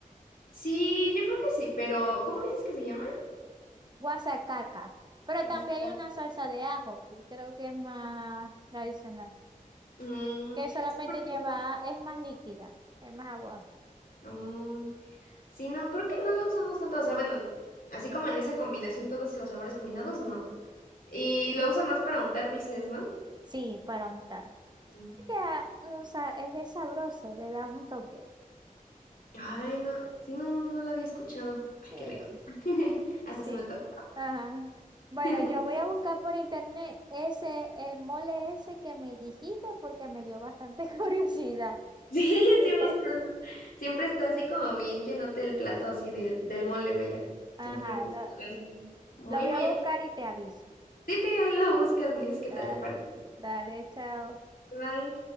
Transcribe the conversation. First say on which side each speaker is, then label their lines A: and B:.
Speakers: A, on the left; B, on the right.
A: Sí, yo creo que sí, pero ¿cómo dices que se llama?
B: Guasacaca. Pero
A: Guasacaca.
B: también hay una salsa de ajo, que creo que es más tradicional.
A: Mm,
B: Que solamente
A: sí, porque
B: lleva, es más líquida, es más agua.
A: Oh, sí, no, creo que no la usamos tanto. O sea, bueno, así como en esa combinación, todos los sabores combinados, no. Y lo usan más para untar, dices, ¿no?
B: Sí, para untar.
A: Mm.
B: queda un sa- es de sabroso, le da un toque.
A: Ay, no, sí, no, no, no la había escuchado.
B: Sí,
A: Ay, qué rico. <laughs> Hasta
B: sí.
A: se me antoja.
B: Ajá. Bueno,
A: <laughs>
B: yo voy a buscar por internet ese, el mole ese que me dijiste porque me dio bastante <laughs> curiosidad.
A: Sí,
B: Y
A: sí, búscalo.
B: te-
A: Siempre está así como bien llenote el plato así del, del mole, vaya.
B: ajá,
A: Siempre lo buscas.
B: lo,
A: así. Muy,
B: lo voy
A: muy.
B: a buscar y te aviso.
A: Sí, ve, ahí lo buscas, me dices qué tal
B: Da-
A: te pareció.
B: dale, chao.
A: Bye.